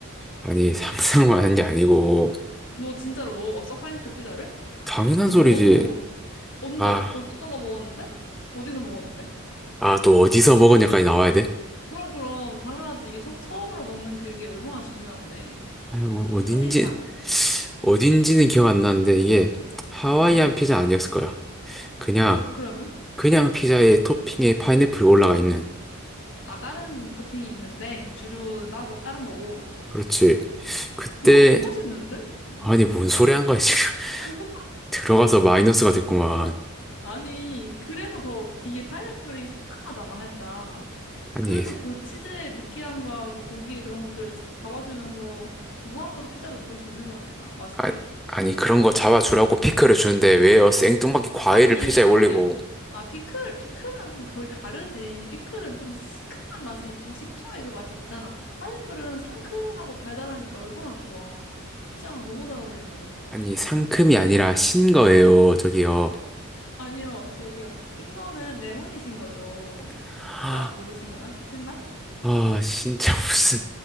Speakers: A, in the centre; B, on the left.
A: 아니, <laughs> 상상만 한 게 아니고
B: 너 진짜로 먹어봤어? 파인애플 피자를?
A: 당연한 소리지.
B: 먹어보고, 언제,
A: 아,
B: 어, 어- 어떤 거 먹었는데? 어디서 먹었는데?
A: 아, 또 어디서 먹었냐까지 나와야 돼?
B: 그럼, 그럼, 당연하지. 이게 처, 처음으로 먹는 그게 얼마나 중요한데.
A: 아, 뭐 어딘지
B: 첫인상.
A: 어딘지는
B: 응,
A: 기억 안 나는데 이게 하와이안
B: 응.
A: 피자 아니었을 거야. 그냥
B: 그, 그러면?
A: 그냥 피자에 토핑에 파인애플이 올라가 있는.
B: 아, 다른 토핑이 있는데, 주류 따고, 다른 거고.
A: 그렇지. 그때
B: 그럼 더 맛있는데? 응.
A: 아니, 뭔 소리 한 거야, 지금.
B: <laughs>
A: <laughs> 들어가서 마이너스가 됐구만.
B: 아니, 그래서 더, 이게 파인애플이 상큼하잖아, 살짝.
A: 아니,
B: 그래서 그 치즈의 느끼함과 그 고기의 그런 것들을 싹 잡아주면서 무한으로 피자를 먹을 수 있는 거라니까? 맛있게?
A: 아, 아니, 그런 거 잡아주라고 피클을 주는데 왜요? 생뚱맞게 과일을
B: 아니,
A: 피자에
B: 아,
A: 올리고.
B: 아니야. 아, 피클, 피클이랑 좀 결이 다르지. 피클은 좀 시큼한 맛이, 좀 식초의 그 맛이 있잖아. 파인애플은 상큼하고 달달하니까 얼마나 좋아. 피자랑 너무 잘 어울리지.
A: 아니, 상큼이 아니라 신 거예요, 저기요.
B: 아니요, 저기요. 신 거는 레몬이신 거죠.
A: <gasps>
B: 신맛
A: 아,
B: 모르신 거나? 신맛?
A: 아, 진짜 무슨,